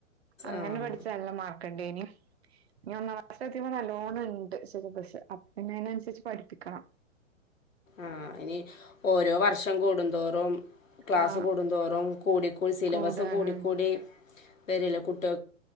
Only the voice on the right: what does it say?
അങ്ങനെ
പഠിച്ച് നല്ല മാർക്ക്ണ്ടേനി ഇനി ഒന്നൂടെ അത് സത്യം പറഞ്ഞാ നല്ലോണം ഇണ്ട് സിലബസ് അപ്പം പിന്നെ അതിനനുസരിച്ച് പഠിപ്പിക്കണം
ആ
കൂടുവാണ്